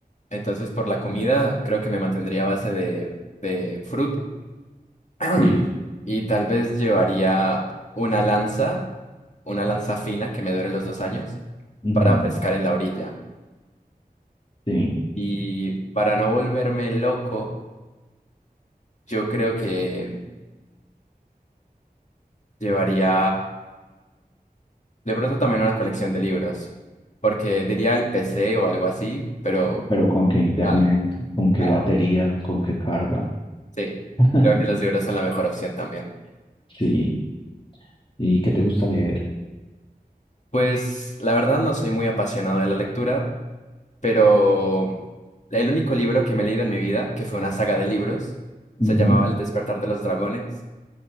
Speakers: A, on the left (about 45°); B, on the left (about 30°).
A: Entonces, por la comida, creo que me mantendría a base de, de fruta <clears throat>
B: Sí,
A: Y tal vez llevaría una lanza, una lanza fina que me dure los dos años,
B: ujú,
A: para pescar en la orilla.
B: sí,
A: Y para no volverme loco, yo creo que llevaría de pronto también una colección de libros, porque diría el PC o algo así, pero...
B: pero ¿con qué internet?
A: Claro,
B: ¿Con qué
A: claro.
B: batería? ¿Con qué carga?
A: Sí,
B: <laughs>
A: creo que los libros son la mejor opción también.
B: Sí, ¿y qué te gusta leer?
A: Pues la verdad no soy muy apasionado de la lectura, pero el único libro que me he leído en mi vida, que fue una saga de libros,
B: Ujú,
A: se llamaba El despertar de los dragones,